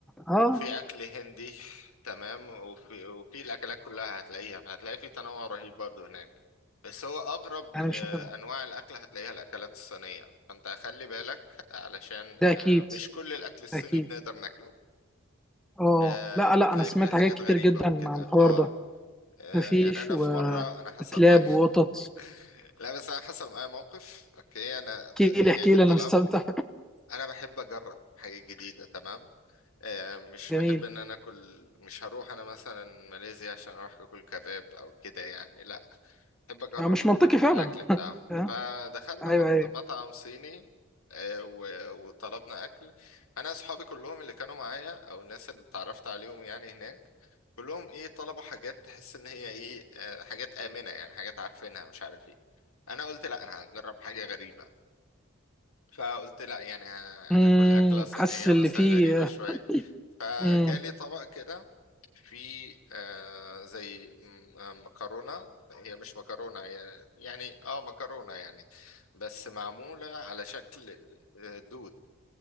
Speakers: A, in the centre; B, on the left.
A: اه
B: وفي اكل هندي تمام وفي وفي الاكلات كلها هتلاقيها فهتلاقي في تنوع رهيب برضو هناك بس هو اغرب
A: يعني
B: آه،
A: مش هتزهق
B: انواع الاكل هتلاقيها الاكلات الصينيه فانت خلي بالك علشان
A: ده
B: آه،
A: اكيد
B: مش كل الاكل الصيني
A: اكيد
B: بنقدر ناكله
A: اه
B: آه،
A: لا
B: يعني
A: لا
B: بتلاقي
A: انا سمعت
B: فيها حاجات
A: حاجات كتير
B: غريبه
A: جدا
B: وكده
A: عن الحوار
B: اه
A: ده
B: آه،
A: مفيش
B: يعني انا
A: و...
B: في مره انا حصل
A: وكلاب
B: معايا
A: وقطط
B: <laughs> لا بس انا حصل معايا موقف اوكي انا ط-
A: احكي
B: يعني
A: لي احكي لي
B: طلبت
A: انا مستمتع
B: انا بحب اجرب حاجات جديده تمام آه، مش
A: <laughs> جميل
B: بحب ان انا اكل مش هروح انا مثلا ماليزيا عشان اروح اكل كباب او كده يعني لا بحب اجرب
A: آه، مش
B: ال-
A: منطقي فعلا
B: الاكل بتاعهم
A: آه،
B: فدخلنا
A: ايوه
B: مط-
A: ايوه
B: مطعم صيني آه، و- وطلبنا اكل انا اصحابي كلهم اللي كانوا معايا او الناس اللي اتعرفت عليهم يعني هناك كلهم ايه طلبوا حاجات تحس ان هي ايه آه، حاجات آمنة يعني حاجات عارفينها مش عارف ايه انا قلت لا انا هجرب حاجة غريبة فقلت لا يعني ه-
A: امم
B: هاكل أكلة صينية
A: حاسس اللي
B: مثلا
A: فيه
B: غريبة شوية فجالي
A: امم
B: طبق كده في آه زي م- آه، مكرونة هي مش مكرونة هي- يعني اه مكرونة يعني بس معمولة على شكل آه، دود